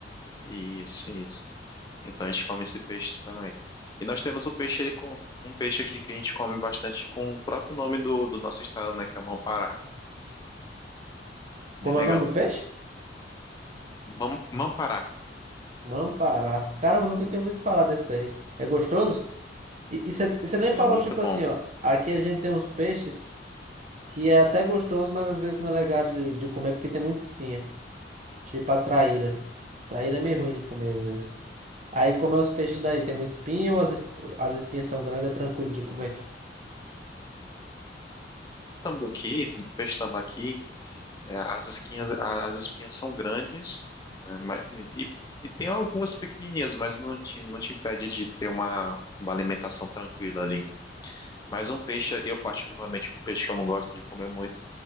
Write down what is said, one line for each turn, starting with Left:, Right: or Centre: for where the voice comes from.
Left: Isso, isso. Então a gente come esse peixe também. E nós temos o peixe, ele, com- um peixe aqui que a gente come bastante com o próprio nome do, do nosso estado, né? Que é o Mampará. Bem
Right: Como
Left: legal.
Right: é o nome do peixe?
Left: Mam- Mampará.
Right: Mampará. Caramba, eu nunca tinha ouvido falar desse aí. É gostoso? E você nem
Left: É
Right: falou,
Left: muito
Right: tipo
Left: bom.
Right: assim, ó. Aqui a gente tem uns peixes que é até gostoso, mas às vezes não é legal de, de comer porque tem muita espinha. Tipo a traíra. Traíra é meio ruim de comer às vezes. Aí como é os peixes daí? Tem muita espinha ou as, esp- as espinhas são grandes, é tranquilo de comer?
Left: Tambaqui, do peixe tambaqui, É, as esquinhas, a- as espinhas são grandes, né, mas- e, e tem algumas pequenininhas, mas não te, não te impede de ter uma, uma alimentação tranquila ali. Mas um peixe, eu particularmente, um peixe que eu não gosto de comer muito.